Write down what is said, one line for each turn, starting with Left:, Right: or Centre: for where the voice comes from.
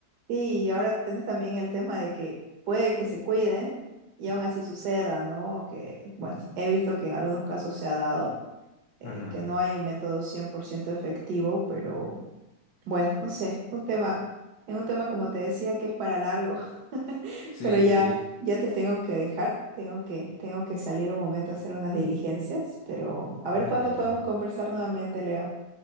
Right: Y ahora tienes también el tema de que puede que se cuiden y aún así suceda, ¿no? Que, bueno, he visto que en algunos casos se ha dado, eh,
Left: Ajá.
Right: que no hay un método 100% efectivo, pero bueno, no sé, un tema, es un tema como te decía que es para largo, <laughs>
Left: Sí,
Right: pero ya,
Left: sí.
Right: ya te tengo que dejar, tengo que, tengo que salir un momento a hacer unas diligencias, pero a
Left: Ah,
Right: ver cuándo
Left: ya,
Right: podemos
Left: ya.
Right: conversar nuevamente, Leo.